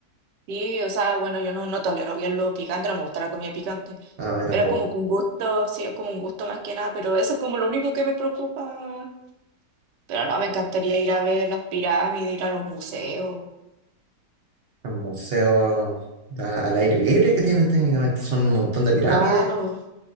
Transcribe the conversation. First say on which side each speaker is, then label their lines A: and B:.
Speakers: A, on the right; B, on the right.
A: Sí, o sea, bueno, yo no, no tolero bien lo picante, no me gusta la comida picante,
B: No, a mí tampoco.
A: pero es como que un gusto, sí, es como un gusto más que nada, pero eso es como lo único que me preocupa. Pero no, me encantaría ir a ver las pirámides, ir a los museos,
B: Los museos a- al aire libre que tienen técnicamente son un montón de pirámides.
A: claro.